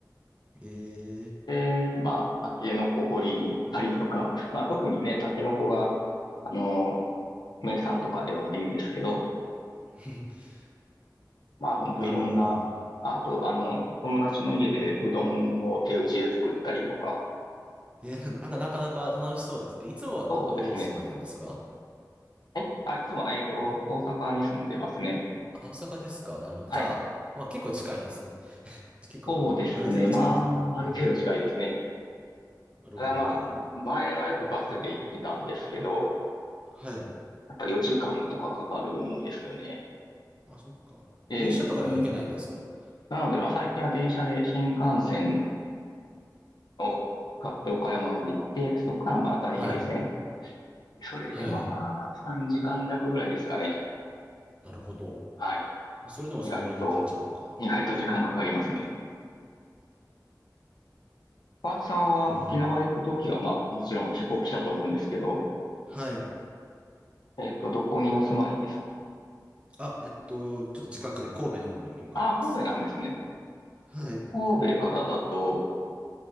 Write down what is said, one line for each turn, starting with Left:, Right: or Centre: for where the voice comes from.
Right: ええ、
Left: で、まあ、タケノコ掘りに行ったりとか、まあ、特にね、タケノコが、あの、名産とかではないんですけど、
Right: <laughs>
Left: まあ、本当いろんな、
Right: なるほど。
Left: ああと、あの、友達の家でうどんを手打ちで作ったりとか、
Right: えー、なんか、なかなか楽しそうです。えいつもはどこお住まいなんですか
Left: そうですね。はい。あ、いつもえっと、
Right: い
Left: 大阪に住んでますね。
Right: あ大阪ですかなるほど。
Left: はい。
Right: じゃあ、まあ結構近いんですね。結構、
Left: そうですね。
Right: うんある程度近いんですね。
Left: まあ、ある程度近いですね。
Right: えーなるほど。
Left: ただまあ、前はよくバスで行ってたんですけど、
Right: はい。
Left: やっぱ4時間とかかかるんですよね。
Right: あ、そっか。
Left: ええ、
Right: 列車とかでは行けないんですか
Left: なのなので、まあ、最近は電車で新幹線を買って岡山まで行って、そこからまあ在来線。
Right: はい。
Left: それでもまあ3時間弱ぐらいですかね。
Right: はい。なるほど。
Left: はい。
Right: それでもそのぐらいかかっちゃうのか。
Left: 意外と、意外と時間かかりますね。パーツさんは沖縄行くときはまあもちろん飛行機だと思うんですけど、
Right: えーはい。
Left: えっと、どこにお住まいですか
Right: あ、えっと、ちょっと近くで神戸の方におります。
Left: ああ、神戸なんですね。
Right: はい。
Left: 神戸からだと、